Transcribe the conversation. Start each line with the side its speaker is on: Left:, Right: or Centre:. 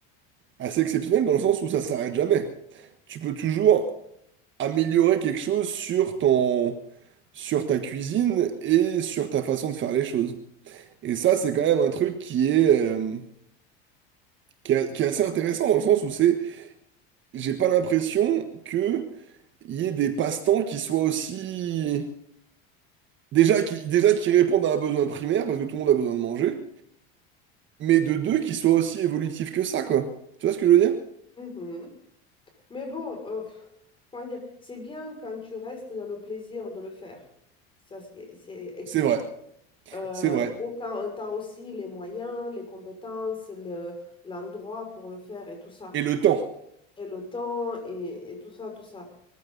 Right: assez exceptionnel dans le sens où ça s'arrête jamais. Tu peux toujours améliorer quelque chose sur ton, sur ta cuisine et sur ta façon de faire les choses. Et ça, c'est quand même un truc qui est, euh, qui est, qui est assez intéressant dans le sens où c'est, j'ai pas l'impression que il y ait des passe-temps qui soient aussi déjà qui déjà qui répondent à un besoin primaire parce que tout le monde a besoin de manger, mais de deux qui soient aussi évolutifs que ça quoi. Tu vois ce que je veux dire?
Left: Mhm. Mais bon, euh, pff, comment dire, c'est bien quand tu restes dans le plaisir de le faire. Ça, c'est c'est excellent.
Right: C'est vrai,
Left: Euh,
Right: c'est vrai.
Left: ou quand tu as aussi les moyens, les compétences, le- l'endroit pour le faire et tout ça.
Right: Et le temps.
Left: Et le temps et, et tout ça, tout ça.